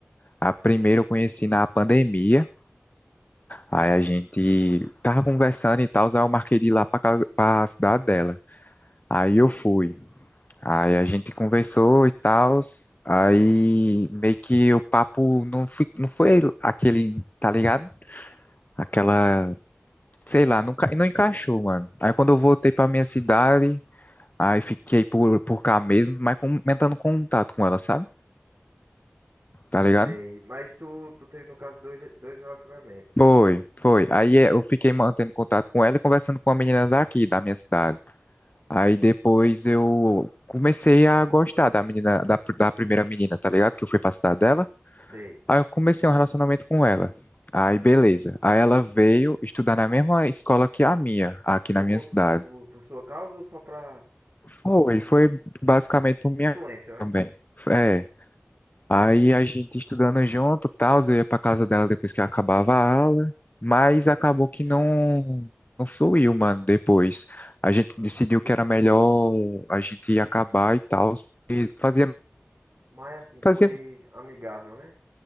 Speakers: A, on the left (about 40°); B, on the right (about 55°).
A: A primeira eu conheci na pandemia, aí a gente tava conversando e tal, daí eu marquei de ir lá pra casa, pra cidade dela. Aí eu fui, aí a gente conversou e tal, aí meio que o papo não foi, não foi aquele, tá ligado? Aquela sei lá, não, não encaixou, mano. Aí quando eu voltei pra minha cidade, aí fiquei por, por cá mesmo, mas aumentando contato com ela, sabe? Tá ligado?
B: Sei. Mas tu, tu teve, no caso, dois, dois relacionamentos.
A: Foi, foi. Aí é, eu fiquei mantendo contato com ela e conversando com a menina daqui, da minha cidade. Aí depois eu comecei a gostar da menina, da, pr- da primeira menina, tá ligado? Que eu fui pra cidade dela.
B: Sei.
A: Aí eu comecei um relacionamento com ela. Aí beleza. Aí ela veio estudar na mesma escola que a minha, aqui
B: Por,
A: na minha
B: con-
A: cidade.
B: por, por sua causa ou só pra
A: Foi, foi basicamente por minha
B: influência, né?
A: também. É, aí a gente estudando junto, tal, eu ia pra casa dela depois que acabava a aula, mas acabou que não não fluiu, mano, depois. A gente decidiu que era melhor a gente acabar e tal, e fazia
B: Mas assim, foi
A: fazia
B: amigável, né?